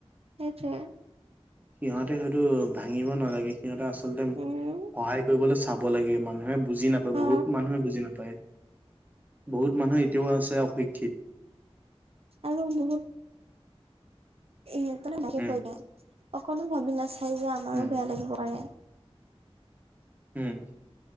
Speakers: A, on the right; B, on the right.
A: সেইটোৱে।
B: সিহঁতে হয়টো ভাঙিব নালাগে, সিহঁতে আচলতে
A: উম
B: সহায় কৰিবলে চাব লাগে মানুহে বুজি নাপায়
A: অ
B: বহুত মানুহে বুজি নাপায়, বহুত মানুহে এতিয়াও আছে অশিক্ষিত।
A: আৰু বহুত, ইহঁতেই বিশেষ
B: উম
A: কৈ বেয়া, অকনো ভাবি নাচাই যে আমাৰো
B: উম
A: বেয়া লাগিব পাৰে।
B: ওম